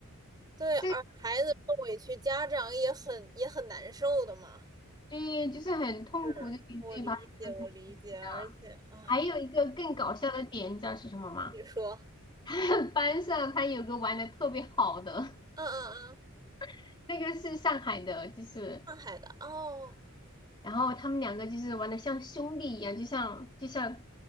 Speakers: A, on the right; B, on the left.
A: 对，而孩子受委屈，
B: 这个，
A: 家长也很也很难受的嘛。
B: 对，就是很痛苦的给自己把这个事情的。
A: 是我理解，我理解，而且啊，
B: 还有一个更搞笑的点，你知道是什么吗？
A: 你说，
B: <laughs> 班上他有个玩的特别好的，
A: 嗯嗯嗯，
B: <laughs> 那个是上海的，就是，
A: 上海的哦，
B: 然后他们两个就是玩的像兄弟一样，就像就像